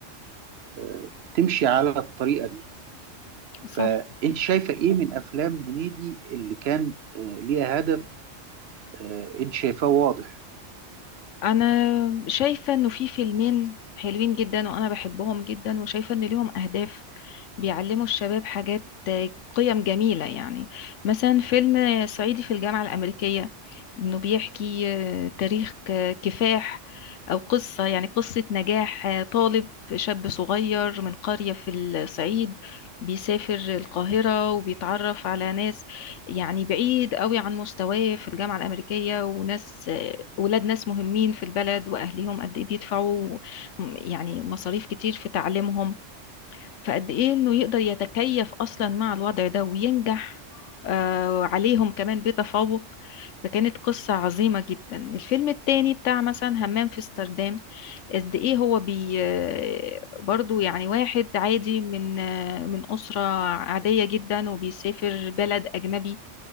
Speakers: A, on the right; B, on the left.
A: آه، تمشي على الطريقة دي
B: صح
A: فانت شايفة ايه من افلام هنيدي اللي كان آه، ليها هدف آه، انت شايفاه واضح
B: انا شايفة انه في فيلمين حلوين جدا وانا بحبهم جدا وشايفة ان ليهم اهداف بيعلموا الشباب حاجات قيم جميلة يعني مثلا فيلم صعيدي في الجامعة الأمريكية إنه بيحكي آه، تاريخ آه، كفاح أو قصة يعني قصة نجاح آه، طالب شاب صغير من قرية في الصعيد بيسافر القاهرة وبيتعرف على ناس يعني بعيد قوي عن مستواه في الجامعة الأمريكية وناس آه، ولاد ناس مهمين في البلد وأهليهم قد إيه بيدفعوا يعني مصاريف كتير في تعليمهم فقد ايه انه يقدر يتكيف اصلا مع الوضع ده وينجح آه عليهم كمان بتفوق فكانت قصة عظيمة جدا الفيلم التاني بتاع مثلا همام في امستردام قد ايه هو بي آه، برضو يعني واحد عادي من آه، من أسرة عادية جدا وبيسافر بلد أجنبي